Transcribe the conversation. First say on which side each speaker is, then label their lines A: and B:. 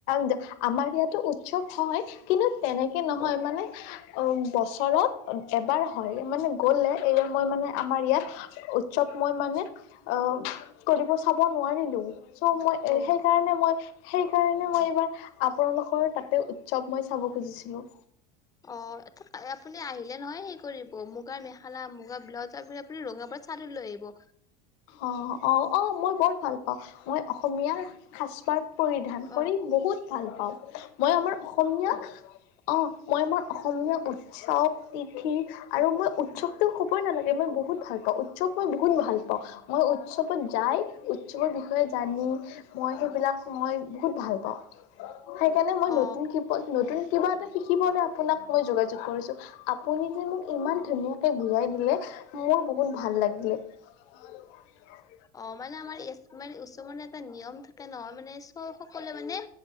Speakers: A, on the left; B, on the left.
A: দে। আমাৰ ইয়াতো উৎসৱ হয়। কিন্তু, তেনেকে নহয়। মানে, বছৰত এবাৰ হয়। মানে, গ'লে এইবাৰ মই মানে, আমাৰ ইয়াত উৎসৱ মই মানে, আঁ! কৰিব চাব নোৱাৰিলোঁ। ত' মই
B: অ
A: সেই কাৰণে সেইকাৰণে মই, এইবাৰ আপোনালোকৰ তাতে উৎসৱ মই চাব খুজিছিলোঁ।
B: অ'! আপুনি আহিলে নহয় সেই কৰিব মোক মুগা মেখেলা, মুগা ব্লাজৰ আৰু আপুনি ৰঙা চাদৰ লৈ আহিব।
A: অ'! অ'! অ'! মই বৰ ভাল পাওঁ। মই অসমীয়া সাজ পাৰ পৰিধান
B: অ
A: কৰি বহুত ভাল পাওঁ। মই আমাৰ অসমীয়া অ'! মই মোৰ অসমীয়া উৎসৱ, তিথি আৰু মই উৎসৱটো ক'বই নালাগে, মই বহুত ভাল পাওঁ। উৎসৱ মই বহুত ভাল পাওঁ। মই উৎসৱত যাই উৎসৱৰ বিষয়ে জানি। মই সেইবিলাক মই বহুত ভাল পাওঁ। সেইকাৰণে মই
B: অ
A: নতুন কিপত নতুন কিবা এটা শিকিবলৈ আপোনাক মই যোগাযোগ কৰিছোঁ। আপুনি মোক ইমান
B: অ
A: ধুনীয়াকে বুজাই দিলে। মোৰ বহুত ভাল লাগিলে। <unintelligible>
B: অ'! মানে, আমাৰ ইয়াত উৎসৱৰ এটা নিয়ম থাকে নহয়। মানে, চব সকলোৱে মানে,